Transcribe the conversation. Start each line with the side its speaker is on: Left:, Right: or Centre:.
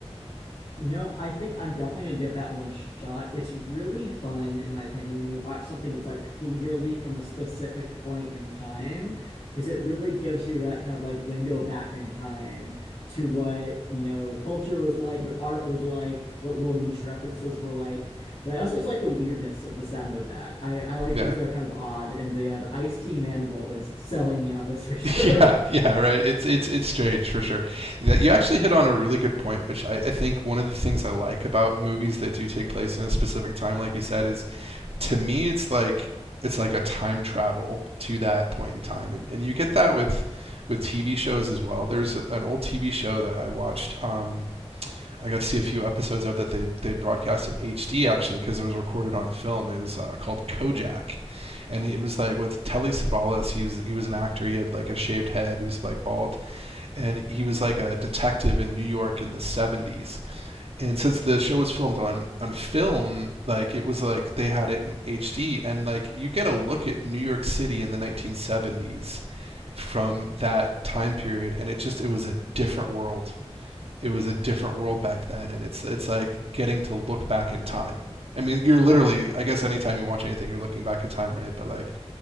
Left: You know, I think I'm definitely going to give that one a shot. It's really fun, in my opinion, when you watch something that's like clearly from a specific point in time, because it really gives you that kind of like window back in time to what, you know, the culture was like, what art was like, what little niche references were like. But I also just like the weirdness of the sound of that. I, I like
Right: Yeah.
Left: things that are kind of odd, and the uh, the Ice Team Animal is selling me on this for sure.
Right: <laughs> Yeah,
Left: <laughs>
Right: yeah, right. It's it's it's strange for sure. That you actually hit on a really good point, which I, I think one of the things I like about movies that do take place in a specific time, like you said, is to me it's like it's like a time travel to that point in time and, and you get that with with tv shows as well there's an old tv show that i watched um, i got to see a few episodes of that they, they broadcast in hd actually because it was recorded on film it was uh, called kojak and it was like with telly savalas he was, he was an actor he had like a shaved head he was like bald and he was like a detective in new york in the 70s and since the show was filmed on on film like it was like they had it in HD and like you get a look at New York City in the 1970s from that time period and it just it was a different world it was a different world back then and it's it's like getting to look back in time I mean you're literally I guess anytime you watch anything you're looking back in time right but like